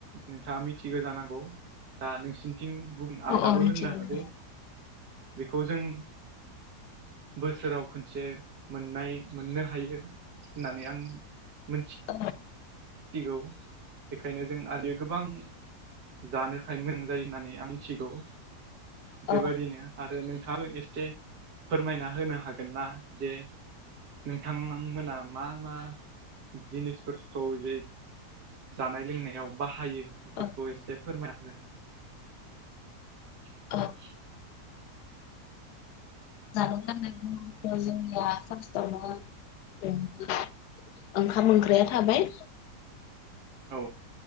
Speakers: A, on the right; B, on the left.
A: नोंथाङा मिथिगौ जानांगौ दा नोंसिनिथिं गुबुन आलदाबो
B: औ मिथिगौ
A: होननो
B: नोंथां
A: हागौ बेखौ जों बोसोराव खनसे मोननाय मोननो हायो। होननानै आं मोनथि
B: औ।
A: मिथिगौ बेखायनो जों आरो गोबां जानोखाय मोनजायो होननानै आं मिथिगौ।
B: औ
A: बेबायदिनो आरो नोंथाङाबो एसे फोरमायना होनो हागोन ना जे नोंथां आंमोना मा मा जिनिसफोरखौ जे जानाय लोंनायाव बाहायो बिफोरखौ
B: औ
A: एसे फोरमायना हो
B: औ
A: <inaudible>
B: <unintelligible> थाखाय ओ जोंनिया फार्स्टआवनो <unintelligible> ओंखाम ओंख्रैया थाबाय
A: औ